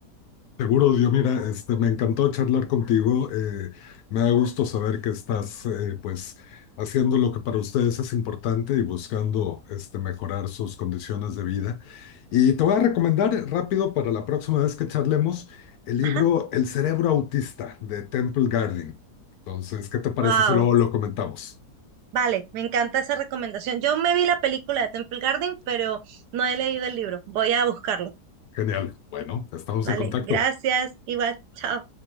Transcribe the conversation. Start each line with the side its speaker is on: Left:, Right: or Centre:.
Left: Seguro, Dios, mira, este, me encantó charlar contigo. eh, me da gusto saber que estás, eh, pues, haciendo lo que para ustedes es importante y buscando, este, mejorar sus condiciones de vida. Y te voy a recomendar rápido para la próxima vez que charlemos el libro
Right: Ajá.
Left: El cerebro autista de Temple Garden. Entonces, ¿qué te parece
Right: Wow.
Left: si luego lo comentamos?
Right: Vale, me encanta esa recomendación. Yo me vi la película de Temple Garden, pero no he leído el libro. Voy a buscarlo.
Left: Genial. Bueno, estamos
Right: Vale,
Left: en contacto.
Right: gracias. Igual, chao.